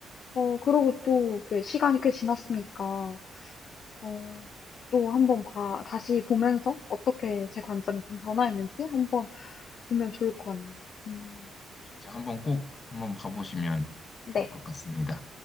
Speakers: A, on the left (about 55°); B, on the left (about 30°).
A: 어, 그러고 또, 그 시간이 꽤 지났으니까, 어, 또 한번 봐, 다시 보면서 어떻게 제 관점이 좀 변화했는지 한번 보면 좋을 것 같네요. 음,
B: 진짜 한번 꼭 한번 봐보시면 좋을
A: 네.
B: 것 같습니다.